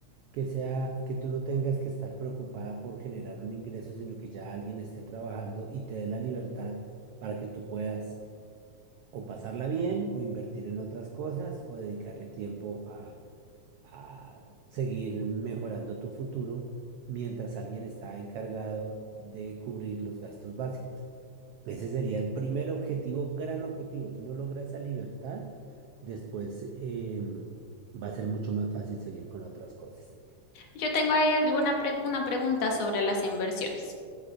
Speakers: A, on the right; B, on the left.
A: que sea, que tú no tengas que estar preocupada por generar un ingreso, sino que ya alguien esté trabajando y te dé la libertad para que tú puedas o pasarla bien, o invertir en otras cosas, o dedicarle tiempo a, a seguir mejorando tu futuro mientras alguien está encargado de cubrir los gastos básicos. Ese sería el primer objetivo, gran objetivo. Si uno logra esa libertad, después em, va a ser mucho más fácil seguir con otras cosas.
B: Yo tengo ahí alguna pre- una pregunta sobre las inversiones.